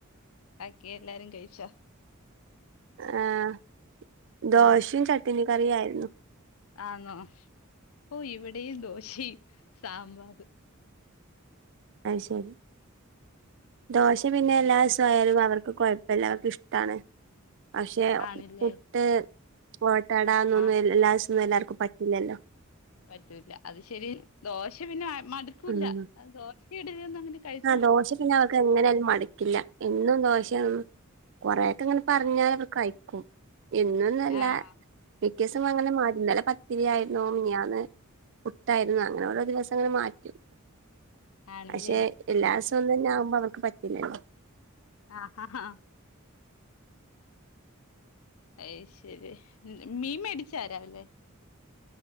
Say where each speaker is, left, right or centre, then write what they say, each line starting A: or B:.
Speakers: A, on the left; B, on the right.
A: ഭാക്കി എല്ലാരും കഴിച്ചോ?
B: ആഹ് ദോശയും
A: ഉം
B: ചട്നി കറി ആയിരുന്നു.
A: ആന്നോ ഓ ഇവിടെയും ദോശയും സാമ്പാറും.
B: അത് ശരി ദോശ പിന്നെ
A: ഉം
B: എല്ലാസയാലും അവർ കൊയപ്പില്ല അതൊക്കെ ഇഷ്ടാണ് പക്ഷെ
A: ആണില്ലേ
B: പുട്ട് മൊ ട്ടടാന്നൊന്നും
A: ആഹ്
B: എല്ലാസൊന്നും എല്ലാവർക്കും പറ്റില്ലല്ലോ.
A: പറ്റൂല അത് ശരി ദോശ പിന്നെ മടുക്കൂല്ല
B: ഉം
A: ദോശ ഇഡലി ഒന്നും അങ്ങനെ കഴി
B: ആഹ് ദോശ പിന്നെ അവർക്ക് എങ്ങനാലും മടുക്കില്ല എന്നും ദോശ യായിട്ട് ഇങ്ങനെ പറഞ്ഞാൽ അവർ കഴിക്കും. ഇന്ന് ഒന്നൊന്നല്ല
A: ആഹ്
B: മിക്കയസും അങ്ങനെ മാരി ഇന്നല പ ത്തിരിയായിരുന്നു മിനിയാന്ന് പുട്ടായിരുന്നു അങ്ങനെ ഓരോ ദിവസം അങ്ങനെ മാറ്റും.
A: ആണല്ലേ
B: പക്ഷെ എല്ലാ ദിവസവും ഒന്നന്നെ ആവുമ്പോ അവർക്ക് പറ്റില്ലല്ലോ.
A: ആഹ് ഹ ഹ. അയ് ശരി മ മീൻ മേടിച്ച രാവിലെ?